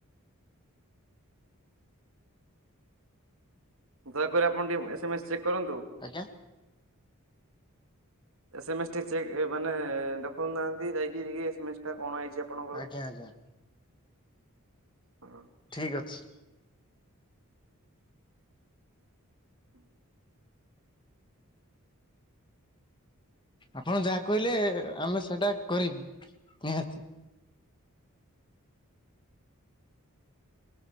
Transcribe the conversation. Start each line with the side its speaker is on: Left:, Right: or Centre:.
Right: ଦୟାକରି ଆପଣ ଟିକେ ଏସ୍ ମେସ୍ ଚେକ୍ କରନ୍ତୁ।
Left: ଆଜ୍ଞା।
Right: ଏସେ ମେସ୍ ଟି ଚେକ୍ ମାନେ ଦେଖଉନାହାନ୍ତି ଯାଇକି ଟିକେ ଏସ୍ ମେସ୍ ଟା କଣ ଆଇଚି ଆପଣଙ୍କୁ।
Left: ଆଜ୍ଞା ଆଜ୍ଞା।
Right: ହଁ
Left: ଠିକ ଅଛି।
Right: ହ
Left: ଆପଣ ଯାହା କହିଲେ ଆମେ ସେଟା କରିବୁ ନିହାତି।